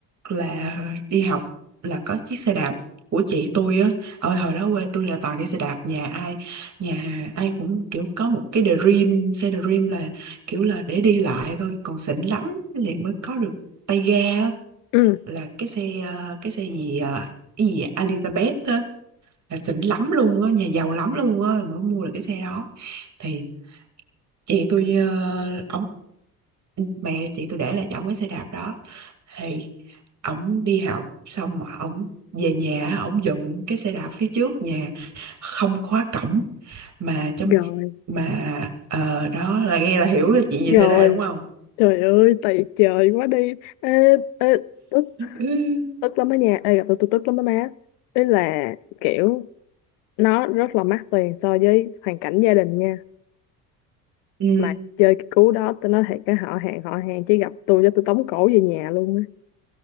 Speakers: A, on the right; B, on the left.
A: là đi học là có chiếc xe đạp của chị tôi á ơi hồi đó quê tôi là toàn đi xe đạp nhà ai nhà ai cũng kiểu có một cái dream xe dream là kiểu là để đi lại thôi còn xịn lắm thì mới có được tay ga á,
B: ừ,
A: là cái xe ờ, cái xe gì ờ, cái gì Elizabeth á là xịn lắm luôn á nhà giàu lắm luôn á mới mua được cái xe đó thì chị tôi uh, mẹ chị tôi để lại cho ổng cái xe đạp đó thì ổng đi học xong mà ổng về nhà ổng dựng cái xe đạp phía trước nhà không khóa cổng mà trong
B: rồi
A: mà ờ đó là nghe là hiểu được chuyện gì
B: rồi
A: xảy ra đúng không
B: trời ơi tày trời quá đi ê, ê, tức
A: ừ,
B: tức lắm á nha ê gặp tôi tôi tức lắm á má ý là kiểu nó rất là mắc tiền so với hoàn cảnh gia đình nha
A: ừ.
B: mà chơi cái cú đó tôi nói thiệt cái họ hàng họ hàng chỉ gặp tôi cho tôi tống cổ về nhà luôn á